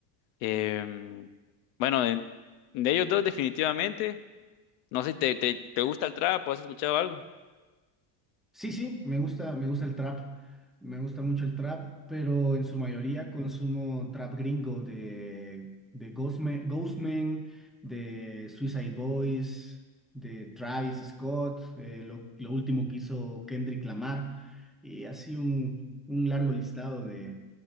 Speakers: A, on the left (about 75°); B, in the centre.
A: Em, bueno, de, de ellos dos definitivamente, no sé, ¿te, te, te gusta el trap o has escuchado algo?
B: Sí, sí, me gusta, me gusta el trap, me gusta mucho el trap, pero en su mayoría consumo trap gringo de, de Ghostman, Ghostman, de Suicide Boys, de Travis Scott, eh, lo, lo último que hizo Kendrick Lamar, y así un, un largo listado de,